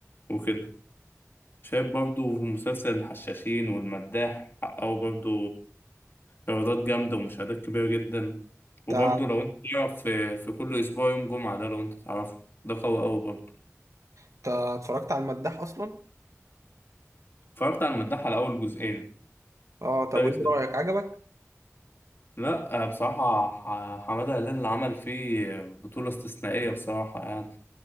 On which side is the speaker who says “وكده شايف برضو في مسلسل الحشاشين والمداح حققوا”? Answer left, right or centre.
Left